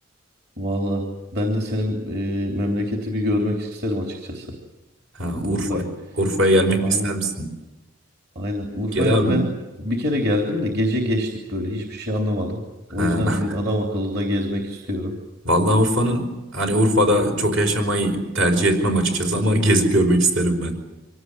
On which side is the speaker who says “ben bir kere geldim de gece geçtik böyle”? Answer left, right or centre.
Right